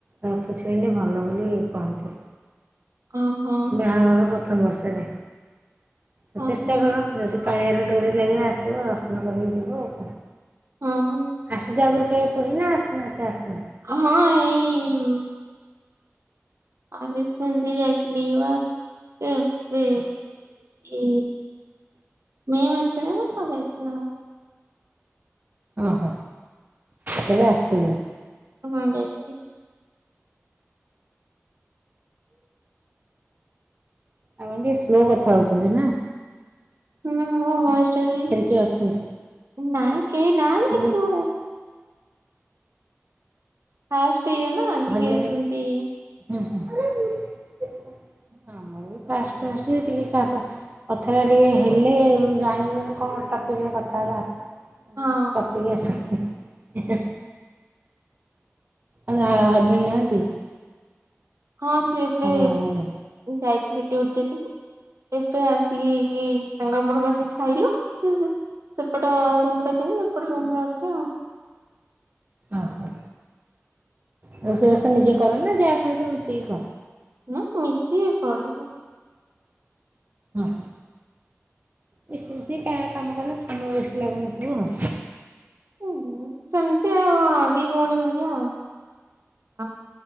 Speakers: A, on the right (about 40°); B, on the right (about 80°).
A: ରଥ ଛୁଇଁଲେ ଭଲ ବୋଲି କହନ୍ତି।
B: ଓହୋ
A: ବାହାଘର ପ୍ରଥମ ବର୍ଷରେ ତ
B: ଓହୋ
A: ଚେଷ୍ଟା କର ଯଦି କାଳିଆର ଡୋରି ଲାଗିଲେ ଆସିବ ଦର୍ଶନ କରିକି ଯିବୁ ଆଉ କଣ।
B: ହଁ
A: ଆସିଚି ଆଗୁରୁ କେ ପୁର୍ ନା ଆସିନା ଏତେ ଆସନ୍
B: ହଁ ଏଇ ମ୍ ଆରେ ଶୁଣଲି ଯାଇଥିଲି ବା ଏବେ ଇ ମେଁ ମାସରେ ଆମେ ତ ଯାଇଥିଲ।
A: ଅହ କେବେ ଆସିଥିଲେ?
B: ହଁ ଯାଇଥିଲି।
A: ଆପଣ ଟିକେ ସ୍ଲୋ କଥା ହଉଛନ୍ତି ନାଁ?
B: ହୁଁ ମୋ ଭଏସ୍ ଟା ବି ସେ
A: କିଏ ଅଛନ୍ତି
B: ନାଇଁ। କେହି ନାହାନ୍ତି
A: ମୁଁ
B: କିନ୍ତୁ
A: କହିଲି
B: ଫାଷ୍ଟ୍ ଇଏ ନାଁ ଟିକେ
A: ହଜବେଣ୍ଡ
B: ସେମତି
A: ହୁଁ ହୁଁ ଆମ ମୋର ବି ଫାଷ୍ଟ୍ ଫାଷ୍ଟେ ଟିକେ କା ସା କଥାଟା ଟିକେ ହେଲେ ଉଁ ଜାଣିଗଲେ କଣ ଟପିକ୍ କଥା ହବା ସେମତି
B: ହଁ
A: କିଛି ଟପିକି ଆସୁ ଆଉ ଆଲା ହଜବେନ୍ ନାହାନ୍ତି?
B: ହଁ ସିଏ ଏବେ
A: ଆପଣଙ୍କ ଘରେ?
B: ଯାଇଥିଲେ ଡ୍ୟୁଟି ଯାଇଥିଲେ ଏବେ ଆସ୍ ଟିକି ତାଙ୍କ ମୋର ବସିି ଖାଇଲୁ ସିଏ ସେ ସେପଟ ରୁମ୍ ରେ ତି ମୁଁ ଏପଟ ରୁମ୍ ରେ ଅଛି ଆଉ।
A: ଓହୋ। ରୋଷେଇ ବାସ ନିଜେ କର ନା ଯା ଫା ସବୁ ମିଶେଇକି କର?
B: ନାଁ ମିଶି କରୁ ସ
A: ଅହ। ମିଶି ମିଶି କା କାମ କଲେ କାମ ବେଶୀ ଲାଗନଥୁବ।
B: ଉଁ ସେମିତି ଆଉ ଦି ଭୋଉଣୀ ଭଳିଆ ଆଉ ଆଉ।